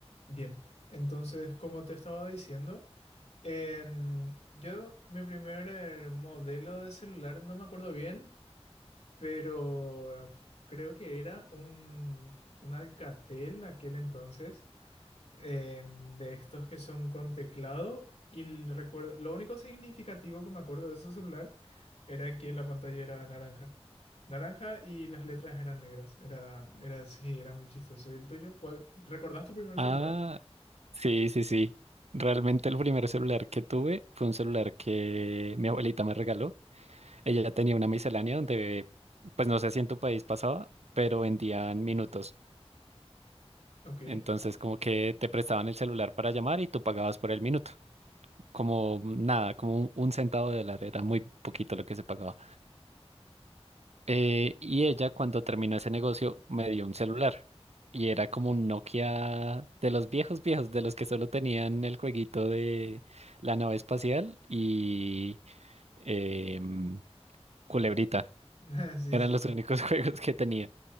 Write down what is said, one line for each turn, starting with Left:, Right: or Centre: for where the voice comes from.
Left: Bien, entonces, como te estaba diciendo, en- yo mi primer eh, modelo de celular no me acuerdo bien, pero creo que era un, un Alcatel aquel entonces, en- de estos que son con teclado. Y el recuerdo, lo único significativo que me acuerdo de ese celular era que la pantalla era naranja. Naranja y las letras eran negras. Era, era así, era muy chistoso. ¿Y el tuyo? ¿Cuál? ¿Recordás tu primer
Right: Ah,
Left: celular?
Right: sí, sí, sí. Realmente el primer celular que tuve fue un celular que mi abuelita me regaló. Ella ya tenía una miscelánea donde, pues no sé si en tu país pasaba, pero vendían minutos.
Left: Ok.
Right: Entonces como que te prestaban el celular para llamar y tú pagabas por el minuto. Como nada, como un un centavo de dólar, era muy poquito lo que se pagaba. Eh, y ella cuando terminó ese negocio me dio un celular y era como un Nokia de los viejos viejos, de los que solo tenían el jueguito de la nave espacial y em, Culebrita.
Left: <laughs> Sí,
Right: Eran
Left: sí,
Right: los
Left: sí.
Right: únicos <laughs> juegos que tenía.